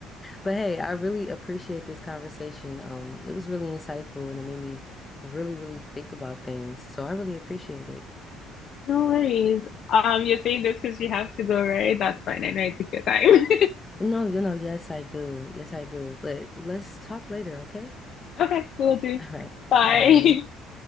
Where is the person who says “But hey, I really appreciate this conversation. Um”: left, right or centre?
Left